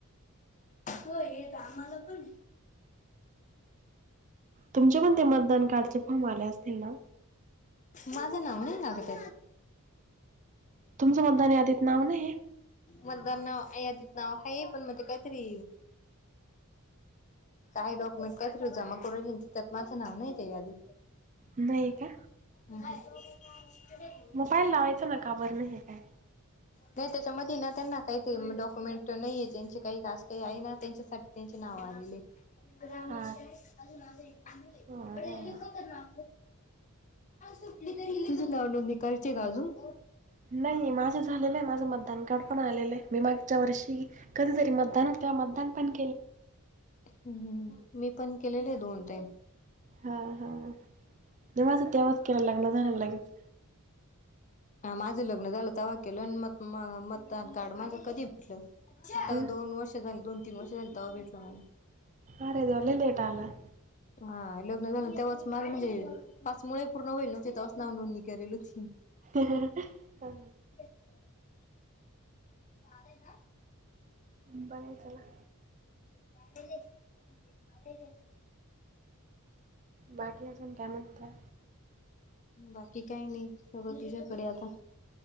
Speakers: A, on the left; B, on the right.
A: हो येत आम्हाला पण
B: तुमच्या पण ते मतदान कार्डचे फॉर्म आले असतील ना
A: माझ नावणे लागत
B: तुमचं मतदान यादीत नाव नाहीये?
A: मतदान नाव यादीत नाव आहे पण मग ते काहीतरी काय डॉक्युमेंट काहीतरी जमा करु राहिले त्यात माझं नाव नाहीेये आहे यादीत
B: नाही का
A: हम् ह
B: मोबाईल लावायचां ना का बरं नाही काय
A: नाही त्याच्यामध्ये ना त्यांना काहीतरी डॉक्युमेंट नाहीये ज्यांचे काही कास काही आहे ना त्यांच्यासाठी त्यांचे नाव आलेले ग्रामरचे
B: हा
A: अजून माझं ना
B: हा
A: अरे लिखो पना तुमची नाव नोंदणी करायची आहे का अजून
B: नाही माझं झालेलं आहे माझं मतदान कडपणा आलेलं आहे मी मागच्या वर्षी कधीतरी मतदान त्या मतदानपण
A: हम् मी पण केलेले आहे दोन टाईम
B: हा हा जेव्हाच तेव्हाच केयला लागल झालंला लगेच
A: हा माझं लग्न झालं तवा्हा केलं आणि मत मतदान कार्ड माझं कधी भेटल आता
B: हं?
A: दोन वर्ष झा दोन तीन वर्ष झाली तेव्हा भेटल मला
B: अरे देवा लय लेट आलं
A: हा लग्न झालं तेव्हाच मग म्हणजे पाच महिने पूर्ण होईल नव्हते तेव्हाच नाव नोंदणी करेल होती
B: हा हा
A: ह हो ना
B: बरं चला
A: कढले काढले
B: बाकी आजुन काय म्हणता
A: बाकी काही नाही सगळं तुझ्याकडे आता